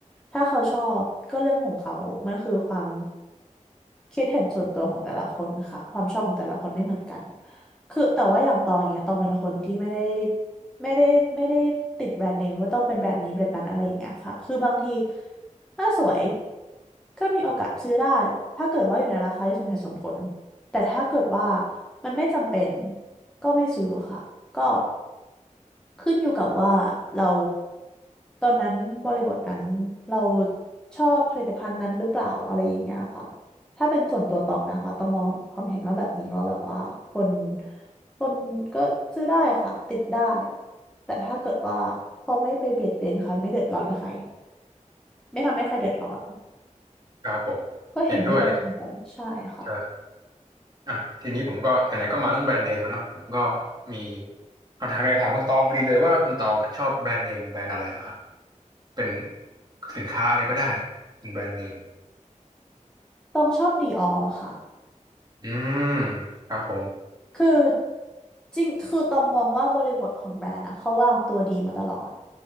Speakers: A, in the centre; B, on the right (about 30°).
A: ถ้าเขาชอบก็เรื่องของเขามันคือความคิดเห็นส่วนตัวของแต่ละคนค่ะความชอบของแต่ละคนไม่เหมือนกัน คือแต่ว่าอย่างตองอย่างเงี้ยตองเป็นคนที่ไม่ได้ไม่ได้ไม่ได้ติดแบรนด์เนมว่าต้องเป็นแบรนด์นี้แบรนด์นั้นอะไรอย่างเงี้ยค่ะคือบางทีถ้าสวยก็มีโอกาสซื้อได้ถ้าเกิดว่าอยู่ในราคาที่สมเหตุสมผลแต่ถ้าเกิดว่ามันไม่จำเป็นก็ไม่ซื้อค่ะก็ ขึ้นอยู่กับว่าเราตอนนั้นบริบทนั้นเราชอบผลิตภัณฑ์นั้นหรือเปล่าอะไรอย่างเงี้ยค่ะ ถ้าเป็นส่วนตัวตองนะคะต้องมองความเห็นว่าแบบนี้ว่าแบบว่าคนคนก็ซื้อได้ค่ะติดได้แต่ถ้าเกิดว่าเขาไม่ไปเบียดเบียนใครไม่เดือดร้อนใครไม่ทำให้ใครเดือดร้อน
B: ครับผมเห็นด้วยเลย
A: ก็เห็นด้วยตรงนั้นใช่ค่ะ
B: ครับ อ่ะทีนี้ผมก็ไหนๆก็มาเรื่องแบรนด์เนมแล้วเนาะผมก็มีคำถามอยากถามคุณตองพอดีเลยว่าคุณตองอ่ะชอบแบรนด์เนมแบรนด์อะไรเหรอครับเป็นสินค้าอะไรก็ได้เป็นแบรนด์เนม
A: ต้องชอบดีออค่ะ
B: อืมครับผม
A: คือจริงคือต้องมองว่าบริบทของแบรนด์นะเขาวางตัวดีมาตลอด